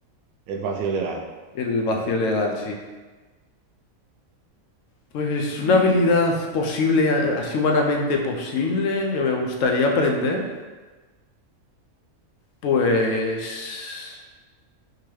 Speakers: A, on the right; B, on the left.
A: el vacío legal.
B: el vacío legal, sí. Pues una
A: Mm,
B: habilidad posible, a- así humanamente posible, que me gustaría aprender.
A: ¿Sí?
B: Pues